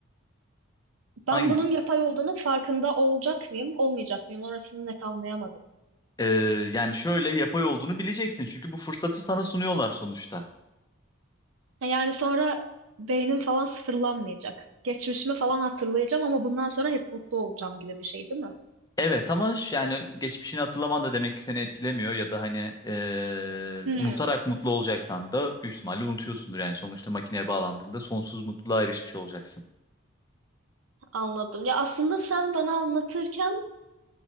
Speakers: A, on the right; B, on the left.
A: Ben
B: Hangisi?
A: bunun yapay olduğunun farkında olacak mıyım, olmayacak mıyım? Orasını net anlayamadım.
B: E, yani şöyle yapay olduğunu bileceksin çünkü bu fırsatı sana sunuyorlar sonuçta.
A: Ha, Yani sonra beynim falan sıfırlanmayacak. Geçmişimi falan hatırlayacağım ama bundan sonra hep mutlu olacağım gibi bir şey değil mi?
B: Evet ama ş- yani geçmişini hatırlaman da demek ki seni etkilemiyor ya da hani eee,
A: Hmm,
B: unutarak mutlu olacaksan da büyük ihtimalle unutuyorsundur. Yani sonuçta makineye bağlandığında sonsuz mutluluğa erişmiş olacaksın.
A: anladım. Ya aslında sen bana anlatırken